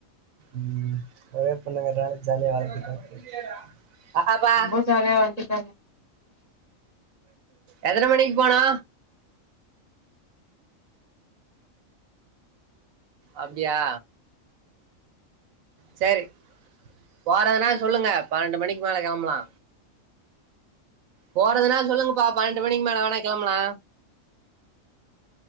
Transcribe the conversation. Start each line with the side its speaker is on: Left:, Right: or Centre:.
Right: ம் ஒரே பொண்ணுங்கறனால ஜாலியா வேலடிக்கு ஆ ஆ பா
Left: ரொம்ப ஜாலியா வன்ட்ருப்பாங்க
Right: எத்தன மணிக் போனோ அப்டியா செரி போறதுனா சொல்லுங்க பன்னெண்டு மணிக்கு மேல கெளம்பலா போறதுனா சொல்லுங்கபா பன்னெண்டு மணிக்கு மேல வேணா கெளம்பலா